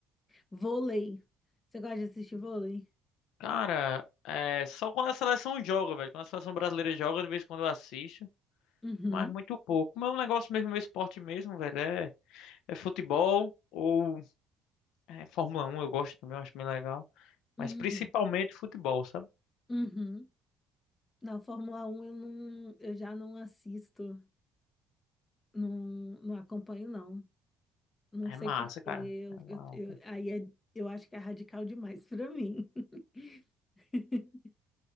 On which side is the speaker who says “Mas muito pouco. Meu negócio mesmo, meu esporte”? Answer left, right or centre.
Left